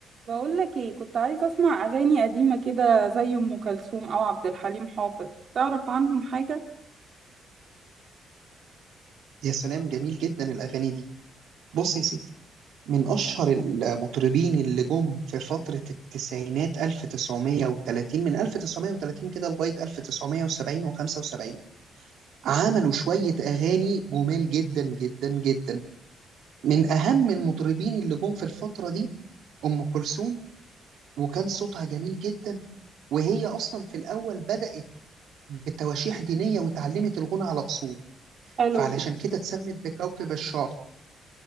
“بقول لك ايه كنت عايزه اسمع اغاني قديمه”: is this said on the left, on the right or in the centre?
Right